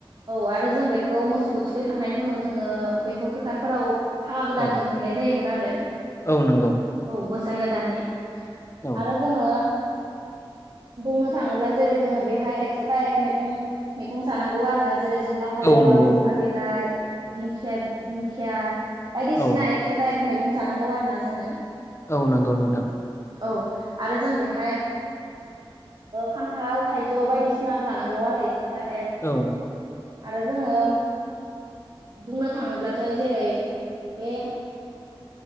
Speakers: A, on the right; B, on the left.
A: औ आरो जों बेखौ मोसौखौ थुखैखांनायनि उनाव जोङो बेखौ फोथारफोराव फागा गोदान
B: औ
A: जों हैनाय जायोमोन आरो।
B: औ नंगौ।
A: औ बोसोर गोदाननि
B: औ
A: आरो जोङो बुंनो थाङोब्ला जेरै जोङो बेहाय एकस' था एक मैगं मैगं जानांगौ आरोना जेरै- जों लाफा
B: औ
A: लेवा,
B: नंगौ
A: खंखा बिलाइ, दिंखिया दिंखिया बायदिसिना
B: औ
A: एकस'था एक मैगं जानांगौ आरो ना जोङो
B: औ नंगौ नोंथां।
A: औ आरो जों बेहाय खान्थाल थाइजौ बायदिसिना जानांगौ आरो एकस' ता एक
B: औ
A: आरो जोङो बुंनो थाङोब्लाथ' जेरै बे